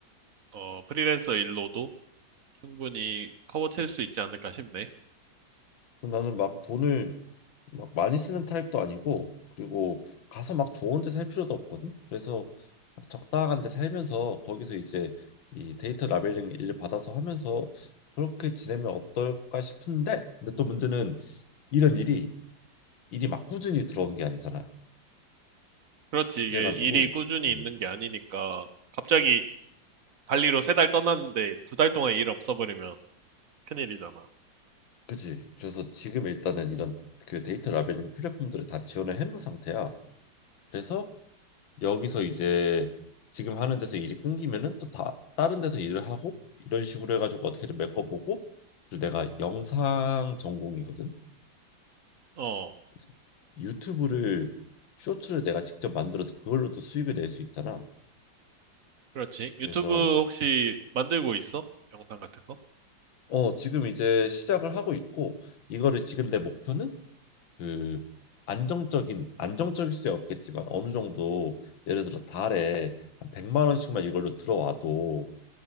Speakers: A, on the right; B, on the left.
A: 어, 프리랜서 일로도 충분히 커버칠 수 있지 않을까 싶네.
B: 그럼 나는 막 돈을 막 많이 쓰는 타입도 아니고 그리고 가서 막 좋은 데 살 필요도 없거든. 그래서 막 적당한 데 살면서 거기서 이제 이 데이터 라벨링 일을 받아서 하면서 그렇게 지내면 어떨까 싶은데 근데 또 문제는 이런 일이 일이 막 꾸준히 들어오는 게 아니잖아.
A: 그렇지, 이게
B: 그래가지고
A: 일이 꾸준히
B: 음,
A: 있는 게 아니니까 갑자기 발리로 세 달 떠났는데 두 달 동안 일 없어버리면 큰일이잖아.
B: 그지. 그래서 지금 일단은 이런 그 데이터 라벨링 플랫폼들을 다 지원을 해놓은 상태야. 그래서 여기서 이제 지금 하는 데서 일이 끊기면은 또 다 다른 데서 일을 하고 이런 식으로 해가지고 어떻게든 메꿔보고 그리고 내가 영상 전공이거든.
A: 어,
B: 그래서 유튜브를 쇼츠를 내가 직접 만들어서 그걸로도 수익을 낼 수 있잖아.
A: 그렇지. 유튜브
B: 그래서
A: 혹시 만들고 있어? 영상 같은 거?
B: 어 지금 이제 시작을 하고 있고 이거를 지금 내 목표는 그 안정적인 안정적일 수 없겠지만 어느 정도 예를 들어 달에 한 100만 원씩만 이걸로 들어와도